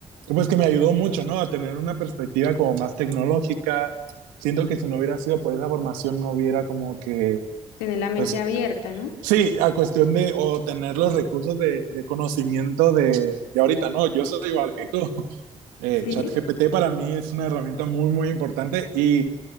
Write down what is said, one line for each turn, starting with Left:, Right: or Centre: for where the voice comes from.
Right: que, pues que me ayudó mucho, ¿no? A tener una perspectiva como más tecnológica. Siento que si no hubiera sido por esa formación, no hubiera como que,
Left: Tener la mente
Right: pues
Left: abierta, ¿no?
Right: sí, a cuestión de o tener los recursos de, de conocimiento de, de ahorita, ¿no? Yo soy igual que tú. Eh,
Left: Sí,
Right: ChatGPT para mí es una herramienta muy, muy importante y